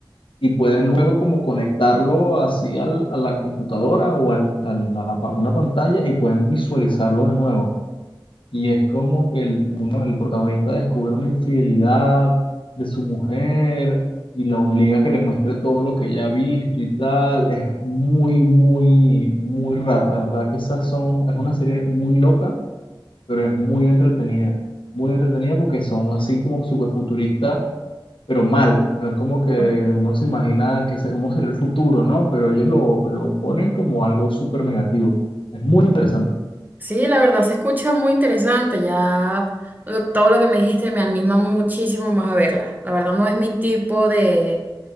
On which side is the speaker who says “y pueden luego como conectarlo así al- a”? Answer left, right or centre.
Left